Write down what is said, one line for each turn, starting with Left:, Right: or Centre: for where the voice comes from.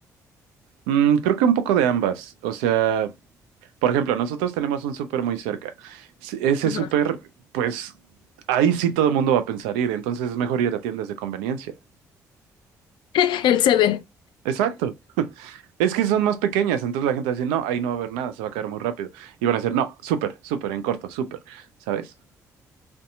Right: Mm, creo que un poco de ambas. O sea, por ejemplo, nosotros tenemos un súper muy cerca. S- Ese
Left: Ajá.
Right: súper, pues ahí sí todo el mundo va a pensar ir, entonces es mejor ir a tiendas de conveniencia.
Left: <laughs> El Seven.
Right: Exacto. Es que son más pequeñas, entonces la gente va a decir, no, ahí no va a haber nada, se va a caer muy rápido. Y van a decir, no, súper, súper, en corto, súper, ¿sabes?